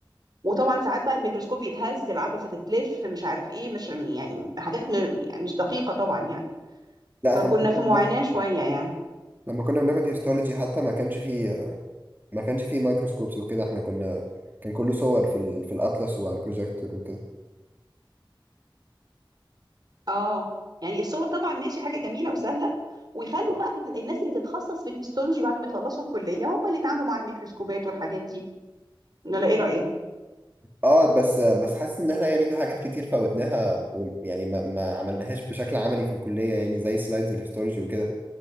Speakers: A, on the right; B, on the right.
A: وطبعا ساعات بقى الميكروسكوب يتهز العدسة تتلف مش عارف ايه مش يعني حاجات م- يعني مش دقيقة طبعا يعني
B: لا
A: فكنا
B: احنا كنا
A: في معاناة
B: بناخد
A: شوية يعني
B: لما كنا بناخد هيستولوجي حتى ما كانش فيه ما كانش فيه مايكروسكوبس وكده احنا كنا كان كله صور في ال... في الاطلس وعلى البروجيكتور وكده
A: اه يعني الصور طبعا ماشي حاجة جميلة وسهلة ويخلوا بقى ال- الناس اللي تتخصص في الهيستولوجي بعد ما يخلصوا الكلية هم اللي يتعاملوا مع الميكروسكوبات والحاجات دي ولا ايه رأيك؟
B: اه بس بس حاسس ان احنا يعني في حاجات كتير فوتناها ويعني ما... ما عملناهاش بشكل عملي في الكلية يعني زي سلايدز الهيستولوجي وكده